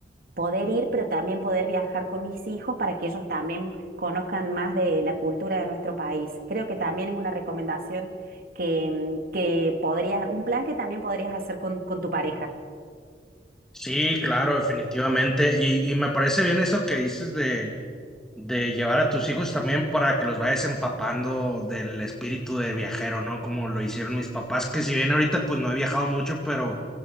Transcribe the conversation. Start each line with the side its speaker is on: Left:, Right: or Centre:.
Right: poder ir, pero también poder viajar con mis hijos para que ellos también conozcan más de la cultura de nuestro país. Creo que también es una recomendación que, mm, que podrías, un plan que también podrías hacer con, con tu pareja.
Centre: Sí, claro, definitivamente. Y, y me parece bien eso que dices de, de llevar a tus hijos también para que los vayas empapando del espíritu de viajero, ¿no? Como lo hicieron mis papás, que si bien ahorita pues no he viajado mucho, pero